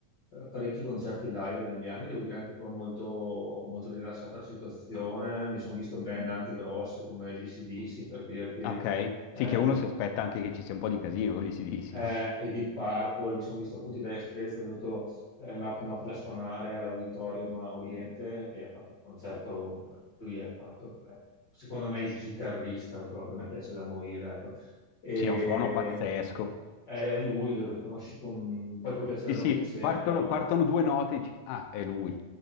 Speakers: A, on the left; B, on the left.
A: eh, parecchi concerti live negli anni, devo dire anche qua molto, molto rilassata la situazione, mi sono visto band anche grosse come gli AC/DC per dirti,
B: Ah, Sì. Ok.
A: eh,
B: Sì, che uno
A: di-
B: si aspetta anche che ci sia un po' di casino con gli AC/DC,
A: eh,
B: no?
A: e Deep Purple, mi sono visto appunto i Dire Straits, è venuto eh, Mark Knopfler a suonare all'Auditorium a Oriente, che ha fatto un concerto, lui è proprio, eh, secondo me, il chitarrista, proprio, mi piace da morire, ecco. E,
B: Sì, ha un suono pazzesco.
A: è lui, lo riconosci con... poi può piacere
B: Sì,
A: o
B: sì,
A: non piacere,
B: partono,
A: però...
B: partono due note e dici, ah, è lui.